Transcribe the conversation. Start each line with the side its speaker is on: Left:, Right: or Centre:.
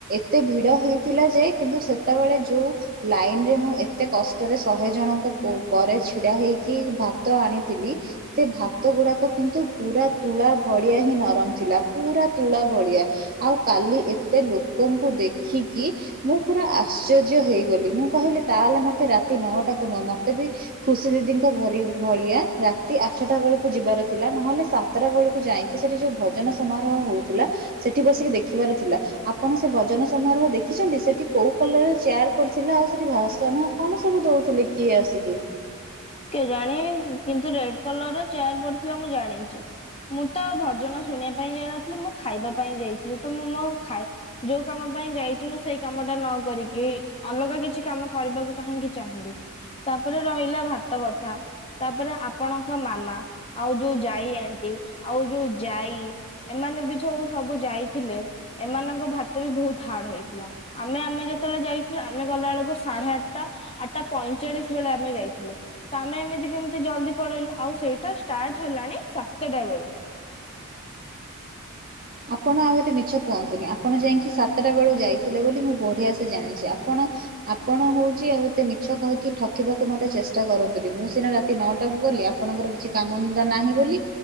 Right: ଏତେ ଭିଡ ହେଇଥିଲା ଯେ କିନ୍ତୁ ସେତେବେଳେ ଯୋଉ ଲାଇନ ଦିନରେ ମୁଁ ଏତେ କଷ୍ଟରେ ଶହେ ଜଣଙ୍କ
Left: ହୁଁ
Right: ପରେ
Left: ହୁଁ।
Right: ଛିଡ଼ା ହେଇକି ଭାତ ଆଣିଥିଲି ସେ ଭାତ ଗୁଡ଼ାକ କିନ୍ତୁ ପୁରା ତୁଳା ଭଳିଆ ହିଁ ନରମ ଥିଲା ପୁରା ତୁଳା ଭଳିଆ ଆଉ କାଲି ଏତେ ଲୋକଙ୍କୁ ଦେଖିକି ମୁଁ ପୁରା ଆଶ୍ଚର୍ଯ୍ୟ ହେଇଗଲି ମୁଁ କହିଲି ତାହେଲେ ମତେ ରାତି ନଅଟାକୁ ନୁହ ମତେ ବି ଖୁସି ଦିଦିଙ୍କ ଭରି ଭଳିଆ ରାତି ଆଠଟା ବେଳକୁ ଯିବାର ଥିଲା ନହଲେ ସାତ ଯତ୍ର ବେଳକୁ ଯାଇକି ସେଠି ଯୋଉ ଭଜନ ସମାରୋହ ହଉଥିଲା ସେଠି ବସିକି ଦେଖିବାର ଥିଲା ଆପଣ ସେ ଭଜନ ସମାରୋହ ଦେଖିଛନ୍ତି ସେଠି କୋଉ କଲର ଚେୟାର ପଡିଥିଲା ଆଉ ସେଠି ଭାସଣ କଣ ସବୁ ଦଉଥିଲେ କିଏ ଆସିକି?
Left: କେଜାଣି କିନ୍ତୁ ରେଡ କଲର ର ଚେୟାର ପଡିଥିଲା ମୁଁ ଜାଣିଛି। ମୁଁ ତ ଭଜନ ଶୁଣିବା ପାଇଁ ଯାଇନଥିଲି ମୁଁ ଖାଇବା ପାଇଁ ଯାଇଥିଲି ତ ମୁଁ ମୋ ଖାଇ ଯୋଉ କାମ ପାଇଁ ଯାଇଛି ମୁଁ ସେଇ କାମ ଟା ନ କରିକି ଅଲଗା କିଛି କାମ କରିବାକୁ କାହିଁକି ଚାହିଁବି। ତାପରେ ରହିଲା ଭାତ କଥା ତାପରେ ଆପଣଙ୍କ ମାମା ଆଉ ଯୋଉ ଯାଇ ଆଣ୍ଟି ଆଉ ଯୋଉ ଯାଇ ଏମାନେ ବି ଯୋଉ ସବୁ ଯାଇଥିଲେ ଏମାନଙ୍କ ଭାତ ବି ବହୁତ ହାର୍ଡ ହେଇଥିଲା। ଆମେ ଆମେ ଯେତେବେଳେ ଯାଇଥିଲେୁ ଆମେ ଗଲା ବେଳକୁ ସାଢେ ଆଠଟା ଆଠଟା ପଇଁଚାଳିଶ ବେଳେ ଆମେ ଯାଇଥିଲୁ। ତ ଆମେ ଏମିତି କେମିତି ଜଲଦି ପଳେଇଲୁ ଆଉ ସେଇଟା ଷ୍ଟାର୍ଟ ହେଲାଣି ସାତଟା ବେଳୁ।
Right: ଆପଣ ଆଉ ଏତେ ମିଛ କୁହନ୍ତୁନି ଆପଣ ଯାଇକି ସାତଟା ବେଳକୁ ଯାଇଥିଲେ ବୋଲି ମୁଁ ବଢିଆ ସେ ଜାଣିଛି ଆପଣ ଆପଣ ହଉଛି ଆଉତେ ମିଛ କହିକି ଠକ ଆଖିବାକୁ ମୋତେ ଚେଷ୍ଟା କରନ୍ତଥିଲି ମୁଁ ସିନା ରାତି ନଅଟାକୁ ଗଲି ଆପଣଙ୍କର କିଛି କାମଧନ୍ଦତା ନାହିଁ ବୋଲି